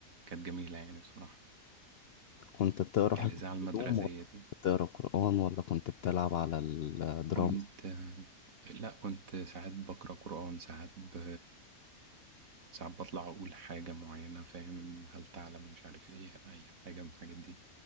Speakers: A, on the right; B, on the left.
A: كانت جميلة يعني بصراحة
B: كنت بتقرا حاجة
A: الإذاعة
B: في
A: المدرسية
B: الهدوم ولا
A: دي
B: كنت بتقرا قرآن ولا كنت بتلعب على الدرامز
A: كنت آه، لا كنت ساعات بقرأ قرآن ساعات ب... ساعات بطلع أقول حاجة معينة فاهم هل تعلم مش عارف إيه أي حاجة من الحاجات دي